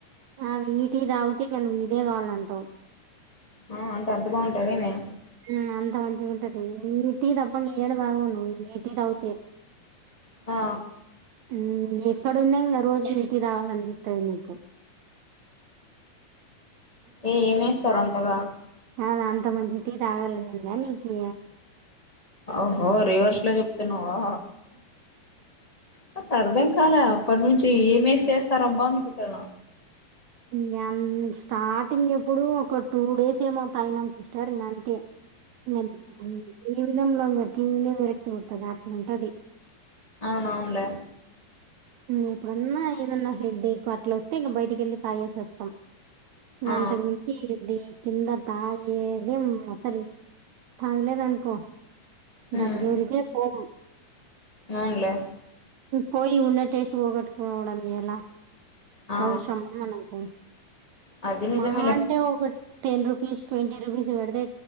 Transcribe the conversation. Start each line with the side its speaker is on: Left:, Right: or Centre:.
Right: ఆ నువ్ ఈ టీ తాగితే ఇదే కావాలంటావు
Left: ఆ అంటద్దుగా ఉంటాదే మేం
Right: హుమ్ అంత మంచిగా ఉంటది మీరు టి తప్పా ఏడ తాగను ఈ టి తాగుతె
Left: ఆ
Right: హుమ్ ఎక్కడున్నంగ రోజుకి టీ తాగలనిపిస్తది నీకు
Left: ఏ ఏమేస్తారు అంతగా
Right: నాది అంత మంచి టి తాగలనుంద నీకి
Left: ఓహో రివర్స్ లో చెప్తున్నావా నాక్ అర్ధం కాలే అప్పటినుంచి ఏమేస్ చేస్తారబ్బా అనుకుంటాన్న
Right: ఇంకా స్టార్టింగ్ ఎప్పుడో ఒక టూ డేస్ ఏమో టైమ్ అన్ సిస్టర్ ఇక అంతే
Left: అ
Right: ఇంగ హు <unintelligible> క్యూలో పెట్టింటరే అట్ల ఉంటది
Left: అవునవున్ లే
Right: ఎప్పుడన్నా ఏదన్నా హెడ్ ఎక్ అట్లా వస్తే ఇంకా బయటికెళ్ళి తాగేసొస్తం ఇంగ
Left: ఆ
Right: అంతకు ముంచిది ది తిండం ఆ ఎందో అసలు తాగలేదనుకో దాన్
Left: ఉమ్
Right: జోల్కే పోము
Left: అవునులే
Right: పోయి ఉన్న టేస్ట్ పొగోట్టుకోవడం ఎలా
Left: ఆ
Right: అవసరమా మనకు
Left: అది నిజమేలే
Right: మహా అంటే ఒకటి టెన్ రుపీస్ ట్వంటీ రూపీస్ పెడితే